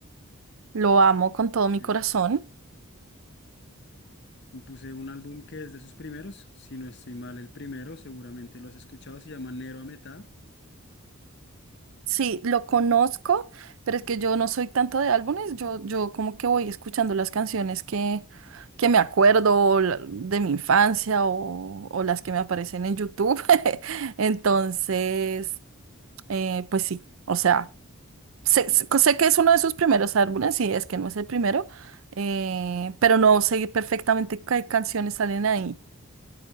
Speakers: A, on the right (about 65°); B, on the left (about 50°).
A: Lo amo con todo mi
B: eh,
A: corazón.
B: Me puse un álbum que es de sus primeros, si no estoy mal, el primero, seguramente lo has escuchado, se llama Nero a Metá.
A: Sí, lo conozco, pero es que yo no soy tanto de álbumes, yo, yo como que voy escuchando las canciones que, que me acuerdo o la- de mi infancia o, o las que me aparecen en YouTube. <laughs> Entonces, eh, pues sí, o sea, sé, sé- sé que es uno de sus primeros álbumes, sí, es que no es el primero, eh, pero no sé perfectamente qué canciones salen ahí.